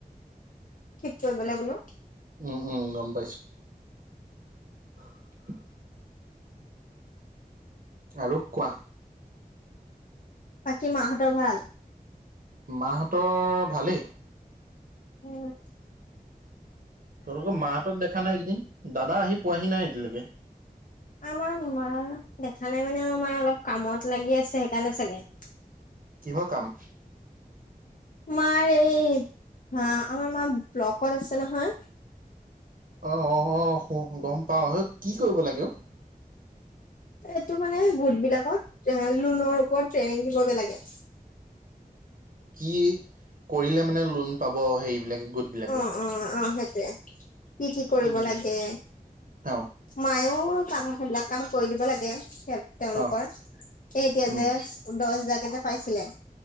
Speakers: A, on the left; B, on the right.
A: ঠিক কৰিবলে বোলো
B: উম উম গম পাইছোঁ <unintelligible> আৰু কোৱা
A: বাকী মা হঁতৰ ভাল
B: মা হঁতৰ ভালেই
A: উম
B: তোমালোকৰ মা হঁতক দেখা নাই এইকেইদিন দাদা আহি পোৱাহি নাই এতিয়ালেকে
A: আমাৰ নুমা দেখা নাই মানে আমাৰ মাই অলপ কামত লাগি আছে সেইকাণে চাগে
B: কিহৰ কাম
A: মাৰ এই ভা আমাৰ মা ব্লকত আছে নহয়
B: অ অ সু গম পাও হেই কি কৰিব লাগে অও
A: এ তোমাৰ গোট বিলাকত এ লোনৰ ওপৰত ট্ৰেইনিং দিবগে লাগে
B: কি কৰিলে মানে লোন পাব হেৰিবিলাকে গোট বিলাকে
A: অ অ অ সেইতোয়ে কি কি কৰিব
B: উম
A: লাগে
B: অ
A: মায়েও কাম সেইবিলাক কাম কৰি দিব লাগে তেও তেওঁলোকৰ
B: অ
A: এ এতিয়া
B: উম
A: যে দহ হেজাৰকে যে পাইছিলে